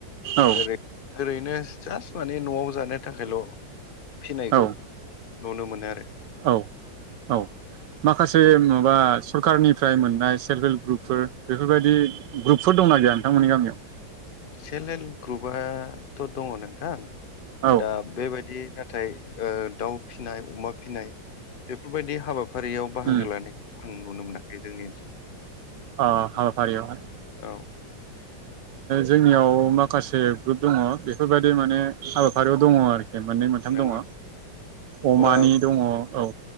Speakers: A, on the right; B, on the left.
A: औ
B: ओरै ओरैनो जास्ट माने न'आव जानो थाखायल' फिनायखौ
A: औ
B: नुनो मोनो आरो
A: औ औ माखासे माबा सरखारारनिफ्राय मोननाय सेल्फ हेल्प ग्रुपफोर बेफोरबायदि ग्रुपफोर दंना गैया नोंथांमोननि गामियाव?
B: सेल्फ हेल्प ग्रुपथ' दङ नोंथां।
A: औ
B: दा बेबायदि नाथाय दाउ फिसिनाय अमा फिसिनाय बेफोरबायदि हाबाफ फारियाव
A: उम
B: बाहागो लानायखौ नुनो नुनो मोनाखै जोंनि ओनसोलाव
A: अ हाबाफारि आवहाय
B: ओनसोलाव औ
A: जोंनियाव माखासे ग्रुप दङ बेफोरबायदि माने हाबाफारियाव दङ आरोखि मोननै मोनथाम
B: नंगौ
A: दङ
B: अब्ला
A: अमानि दङ औ-